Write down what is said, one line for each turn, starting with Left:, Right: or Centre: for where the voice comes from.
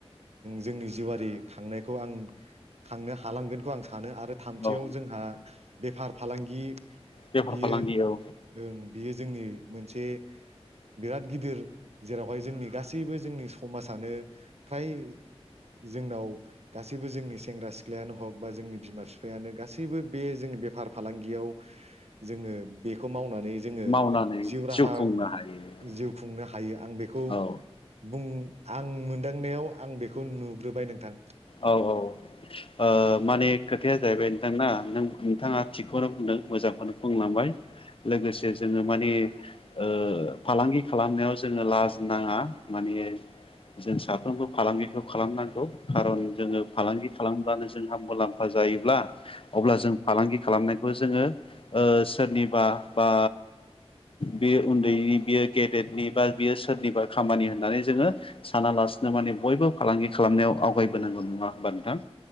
Right: जोंनि जिवारि खांनायखौ आं खांनो हालांगोनखौ आं स सानो आरो थामथियाव
Left: औ
Right: जोंहा बेफार फालांगि
Left: बेेफार
Right: बियो
Left: फालांगि औ
Right: ओं बियो जोंनि मोनसे बिराद गिदिर जेरावहाय जोंनि गासैबो जोंनि समाजानो फ्राय जोंनाव गासैबो जोंनि सेंग्रा सिख्लायानो हक बा जोंनि बिमा बिफायानो गासैबो बे जों बेफार फालांगियाव जोङो बेखौ मावनानै जोङो
Left: मावनानै
Right: जिउ राहा
Left: खुंनो हायो
Right: जिउ खुंनो हायो आं बेखौ
Left: औ
Right: बुं आं मोनदांनायाव आं बेखौ नुग्रोबाय नोंथां
Left: औ औ ओ माने खोथाया जाहैबाय नोंथांआ नों नोंथाङा थिगखौनो बुंदों मोजांखौनो बुंलांबाय लोगोसे जोङो माने ओ फालांगि खालामनायाव जोङो लाज नाङा माने जों साफ्रोमबो फालांगिखौ खालामनांगौ खारन जोङो फालांगि खालामब्लानो जोंहा मुलाम्फा जायोब्ला अब्ला जों फालांगि खालामनायखौ जोङो सोरनिबा बा बे उन्दैनि बियो गेदेरनि बा बियो सोरनिबा खामानि होननानै जोङो सानालासिनो माने बयबो फालांगि खालामनायाव आवगाय होनांगौ नङा होमबा नोंथां